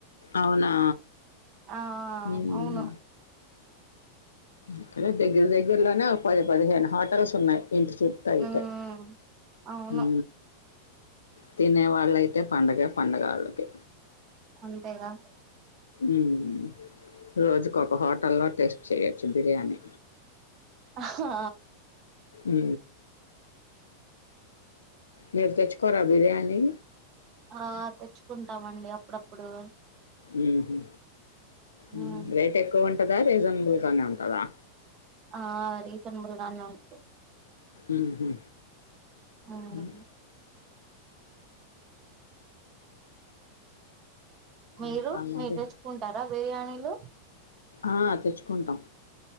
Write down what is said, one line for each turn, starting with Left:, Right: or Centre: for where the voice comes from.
Left: అవునా
Right: ఆ
Left: హ్మ్
Right: అవును
Left: ఇక్కడ దగ్గర దగ్గరలోనే ఒక పది పదిహేను హోటల్స్ ఉన్నాయి ఇంటి చు త అయితే
Right: ఉమ్ అవును
Left: ఊ తినే వాళ్ళైతే పండగే పండగ వాళ్ళకి
Right: అంతేగా
Left: ఉహు రోజుకు ఒక హోటల్లో టేస్ట్ చేయొచ్చు బిర్యానీ
Right: అహా
Left: ఉ మీరు తెచ్చుకోరా బిర్యానీ
Right: ఆ తెచ్చుకుంటమండి అపుడప్పుడు
Left: ఉహు
Right: మ్మ్
Left: ఉ రేట్ ఎక్కువ ఉంటదా రీజనబుల్గానే ఉంటదా
Right: ఆ రీజనబుల్గానే ఉంటది
Left: ఉహు
Right: మ్మ్
Left: ఉ
Right: మీరు
Left: ఇంకా మరి
Right: మీరు తెచ్చుకుంటారా బిర్యానీలు
Left: ఆ తెచ్చుకుంటాం